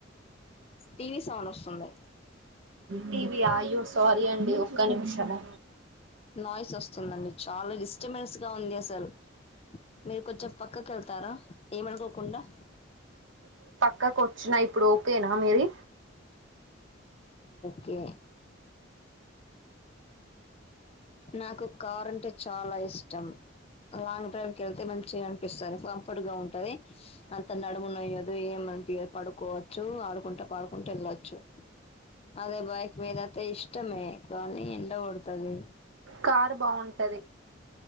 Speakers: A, on the left; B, on the right.
A: టీవీ సౌండ్ వస్తుంది
B: టీ వీ ఆ అయ్యో సారీ అండి ఒక్క నిమిషము
A: నాయిస్ వస్తుందండి చాలా డిస్టబెన్స్ గా ఉంది అసలు మీరు కొంచెం పక్కకి వెళ్తారా ఏమనుకోకుండా
B: క్క కు వచ్చిన ఇప్పుడు ఓకేనా మీది
A: కే నాకు కార్ అంటే చాలా ఇష్టం లాంగ్ డ్రైవ్ వెళ్తే మంచిగా ఉన్ పిస్తది కంఫర్ట్ గా ఉంటది అంత నడుము నయ్యదు ఏం నా య్యదు పడుకోవచ్చు ఆడుకుంటే పాడుకుంటే వెళ్ చ్చు అదే బైక్ మీదంత ఇష్టమే కానీ ఎండ కొడతది
B: కారు బాగుంటది